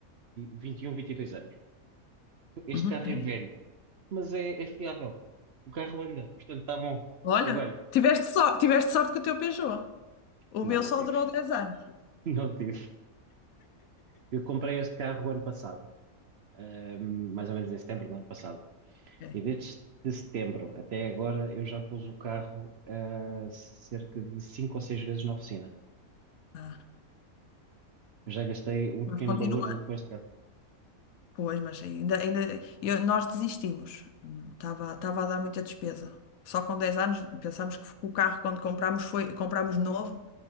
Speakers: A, on the right (about 55°); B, on the left (about 75°).
A: vinte e um, vinte e dois anos. Este
B: Uhum,
A: carro
B: é.
A: é velho, mas é, é fiável. O carro anda, portanto está bom.
B: Olha,
A: Agora,
B: tiveste,
A: se-
B: sor- tiveste sorte com o teu Peugeot. O
A: não,
B: meu
A: não
B: só
A: tive.
B: durou dez
A: <laughs>
B: anos.
A: Não tive. Eu comprei este carro o ano passado, ahm, mais ou menos em setembro do ano passado.
B: É.
A: E desde de setembro até agora eu já pus o carro ah, cerca de cinco ou seis vezes na oficina.
B: Ah,
A: Eu já gastei um
B: mas
A: pequeno
B: continua.
A: valor de- com este carro.
B: Pois, mas ainda, ainda eu- nós desistimos. Estava, estava a dar muita despesa. Só com 10 anos pensámos que o carro, quando comprámos, foi, comprámos novo.